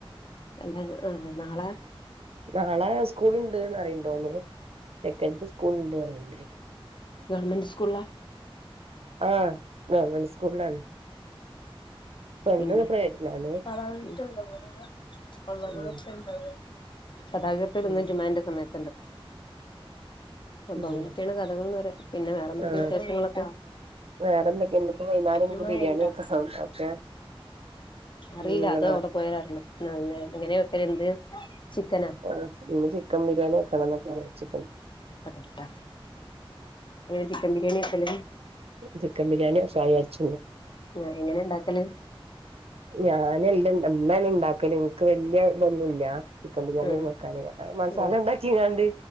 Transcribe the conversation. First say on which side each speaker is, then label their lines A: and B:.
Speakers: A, on the left; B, on the right.
A: അല്ല ആ നഞളെ
B: നാളെ സ്കൂള ഇണ്ട്ന്ന് അറിയണ്ടോ അ സെക്കൻഡറി സ്കൂള ഇണ്ട്ന്ന്റിയണ്ടേ
A: ഗവർമെന്റ് സ്കൂള
B: ആഹ ഗവൺമെന്റ് സ്കൂളിലാണ് പെണ്ണ്
A: പിന്നെ
B: പ്രൈവറ്റിലാണ്
A: പണ്ടാവ പള്ളക്കണ്ടാവ
B: ഉം
A: ഗതാഗതത്തിൽ
B: ഉം
A: ഇന്ന് ജുമാന്റെ സമയത്തുണ്ട് അപ്പൊ
B: ഉം
A: അങ്ങനെയൊക്കെയാണ് കഥകൾന്ന് പറ പിന്നെ വേറെ എന്തൊക്കെ
B: ആഹ്
A: വി്യേഷങ്ങളൊക്കെ
B: വേറെന്തൊക്കെണ്ട് ഇപ്പ വൈന്നാരം എനിക്ക്
A: രുമണ്ടരുമണ്ടാ
B: ബിരിയാണി വെക്കണം അപ്പൊ
A: അറിയില്ല
B: അയിന്ള്ള
A: അതോ അവിടെ പോയ അങ്ങനെ വെക്കൽ എന്ത് ചിക്കനാ
B: ആ ഇ ചിക്കൻ ബിരിയാണി ഒക്കെ വന്നൊ ചിക്കൻ
A: ട്ട ചിക്കൻ ബിരിയാണി എല്ലും
B: ചിക്കൻ ബിരിയാണി ഫ്രൈച്ച
A: ആഹ് എങ്ങനെ ഇണ്ടാക്കല്
B: ഞാന എല്ലാം എന്നമ്മാല ഇണ്ടാക്കല് നിനിക്ക് വല്യ ഇതൊന്നുമല്ല ചിക്കൻ ബിരിയാണി
A: ആഹ്
B: വക്കാനെ മസാല
A: ആഹ്
B: ഉണ്ടാക്കിങ്ങാണ്ട്